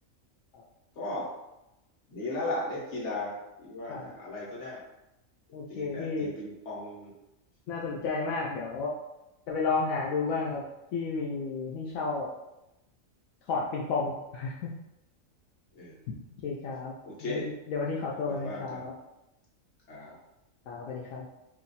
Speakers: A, on the left (about 85°); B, on the left (about 60°).
A: ครับ
B: ก็ดีแล้วล่ะเล่นกีฬาที่ว่านะอะไรก็ได้
A: ครับโอเคพี่
B: ตีแบดตีปิงปอง
A: น่าสนใจมากเดี๋ยว
B: อืม
A: จะไปลองหาดูบ้างครับที่มีให้เช่า
B: อ่า
A: ถอดปิงปอง
B: อืม
A: <laughs>
B: เออ
A: โอเคครับงั้นเดี๋ยววันนี้ขอตัวกันนะครับ
B: โอเคไหนว่างๆก็ครับ
A: ครับสวัสดีครับ